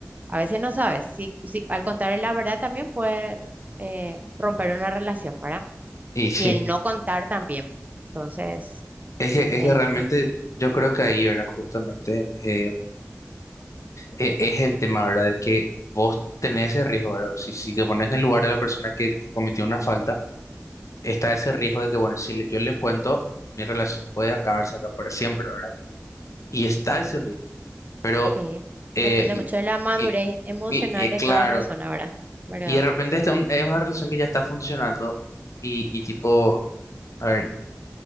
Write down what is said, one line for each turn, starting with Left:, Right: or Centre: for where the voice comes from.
Right: a veces no sabes. Si, si al contar la verdad también puede eh, romper una relación, ¿verdad?
Left: Y sí.
Right: Y el no contar también. Entonces,
Left: Es que, es
Right: es
Left: que realmente
Right: es
Left: yo creo que ahí, ¿verdad? Justamente eh, e- es el tema, ¿verdad? De que vos tenés ese riesgo, ¿verdad? Si, si te pones en el lugar de la persona que, que cometió una falta, está ese riesgo de que, bueno, si le- yo le cuento, mi relación puede acabarse acá para siempre, ¿verdad? Y está ese riesgo. Pero,
Right: Sí,
Left: eh,
Right: depende
Left: y,
Right: mucho de la madurez
Left: y-
Right: emocional
Left: y- eh,
Right: de
Left: claro,
Right: cada persona, ¿verdad? Pero
Left: y de repente
Right: sí,
Left: está un- es una relación que ya está funcionando y, y tipo, a ver,